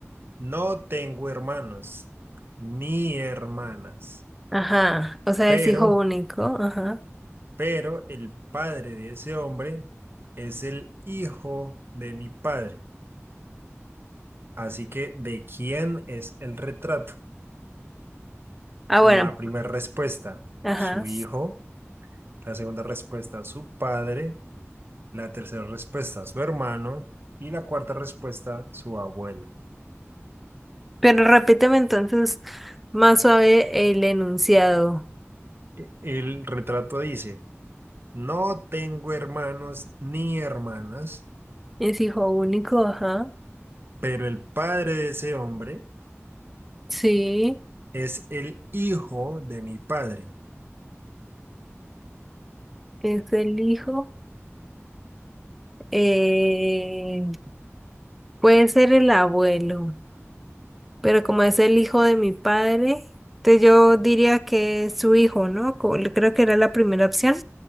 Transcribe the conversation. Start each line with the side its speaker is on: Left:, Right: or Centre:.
Right: No tengo hermanos ni hermanas,
Centre: ajá, o sea,
Right: pero,
Centre: es hijo único, ajá.
Right: pero el padre de ese hombre es el hijo de mi padre. Así que, ¿de quién es el retrato?
Centre: Ah,
Right: La
Centre: bueno,
Right: primera respuesta,
Centre: ajá.
Right: su hijo. La segunda respuesta, su padre. La tercera respuesta, su hermano. Y la cuarta respuesta, su abuelo.
Centre: Pero repíteme entonces más suave el enunciado.
Right: E- El retrato dice, no tengo hermanos ni hermanas
Centre: Es hijo único, ajá.
Right: Pero el padre de ese hombre
Centre: Sí,
Right: es el hijo de mi padre.
Centre: es el hijo. Eh, puede ser el abuelo. pero como es el hijo de mi padre, entonces yo diría que es su hijo, ¿no? Co- Creo que era la primera opción,